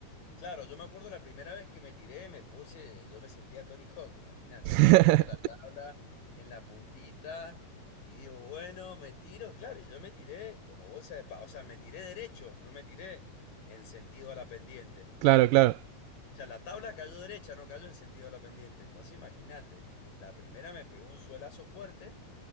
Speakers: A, on the left (about 80°); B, on the right (about 80°).
A: claro, yo me acuerdo la primera vez que me tiré, me puse, yo me sentía Tony Hawk, imagínate,
B: <laughs>
A: había puesto la tabla en la puntita y digo, bueno, me tiro, claro, y yo me tiré como bolsa de pavo, o sea, me tiré derecho, no me tiré en sentido a la pendiente.
B: claro, claro.
A: O sea, la tabla cayó derecha, no cayó en sentido de la pendiente. Entonces, imagínate, la primera me pegó un suelazo fuerte,